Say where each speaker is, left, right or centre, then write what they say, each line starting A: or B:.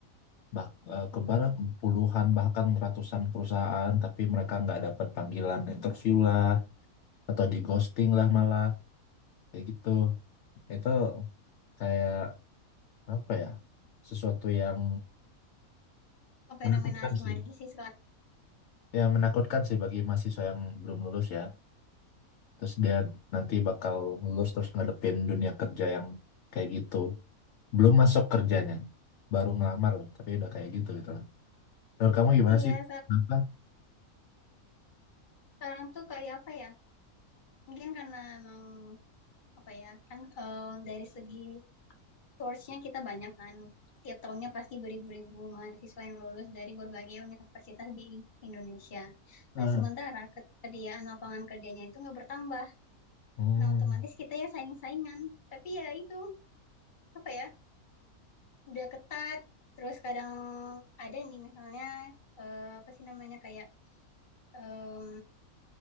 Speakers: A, on the left; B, on the left.
A: bah, eh, ke barang puluhan bahkan ratusan perusahaan, tapi mereka nggak dapat panggilan interview lah. atau di ghosting lah malah kayak gitu itu kayak apa ya sesuatu yang
B: Ke fenomena
A: menakutkan
B: asing
A: sih
B: lagi sih sekarang.
A: ya menakutkan sih bagi mahasiswa yang belum lulus ya terus dia nanti bakal lulus terus ngadepin dunia kerja yang kayak gitu belum masuk kerjanya baru ngelamar loh tapi udah kayak gitu gitu lah menurut kamu gimana
B: Iya,
A: sih
B: se-
A: kenapa
B: sekarang tuh kayak apa ya? Mungkin karena emang apa ya? Kan eh, dari segi source-nya kita banyak kan. Tiap tahunnya pasti beribu-ribu mahasiswa yang lulus dari berbagai universitas di Indonesia.
A: Nah,
B: Nah, sementara ketersediaan lapangan kerjanya itu nggak bertambah.
A: hmm,
B: Nah, otomatis kita ya saing-saingan. Tapi ya itu apa ya? udah ketat terus kadang ada nih misalnya eh, apa sih namanya kayak em,